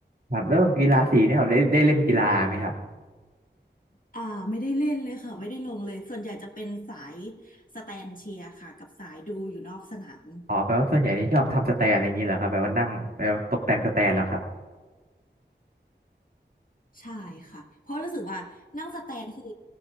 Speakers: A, on the right; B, on the left.
A: ครับแล้วกีฬาสีเนี่ยครับได้ได้เล่นกีฬาไหมครับ
B: อืมอ่าไม่ได้เล่นเลยค่ะไม่ได้ลงเลยส่วนใหญ่จะเป็นสายสแตนเชียร์ค่ะกับสายดูอยู่นอกสนาม
A: อ๋อแปลว่าส่วนใหญ่นี่ชอบทำสแตนอะไรอย่างนี้เหรอครับแบบว่านั่งแบบตกแต่งสแตนเหรอครับ
B: ใช่ค่ะเพราะรู้สึกว่านั่งสแตนคือ